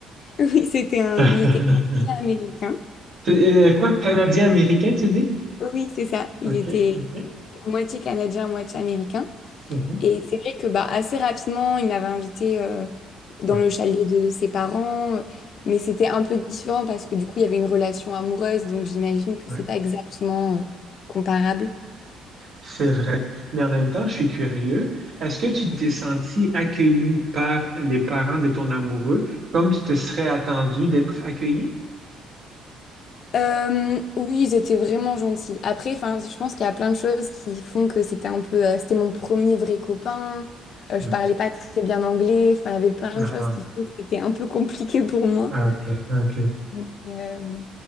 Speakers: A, on the left; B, on the right.
A: oui, c'était un...
B: <laughs>
A: Il était canadien-américain.
B: T'es, euh, quoi, Canadien-Américain, tu dis?
A: Oui, c'est ça. Il
B: OK,
A: était
B: OK.
A: moitié canadien, moitié américain.
B: Mhm,
A: Et c'est vrai que bah, assez rapidement, il m'avait invité euh, dans
B: Ouais,
A: le chalet de ses parents. euh, Mais c'était un peu différent parce que du coup, il y avait une relation amoureuse. Donc j'imagine que
B: ouais.
A: c'est pas exactement euh, comparable.
B: C'est vrai. Mais en même temps, je suis curieux. Est-ce que tu t'es senti accueilli par les parents de ton amoureux comme tu te serais attendu d'être accueilli?
A: Euh, oui, ils étaient vraiment gentils. Après, enfin, je pense qu'il y a plein de choses qui font que c'était un peu, euh, c'était mon premier vrai copain. Euh,
B: Hmm.
A: je parlais pas très bien anglais. Enfin, il y avait plein
B: Ah,
A: de choses qui font que c'était un peu compliqué pour moi.
B: ah, ok, ok.
A: Mais, euh,